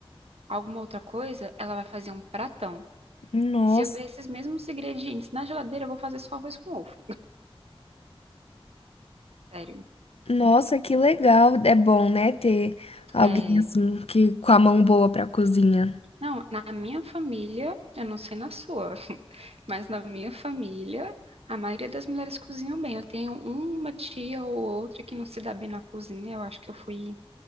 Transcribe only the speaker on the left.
nossa.
Nossa, que legal. É bom, né, ter alguém
assim que com a mão boa pra cozinha.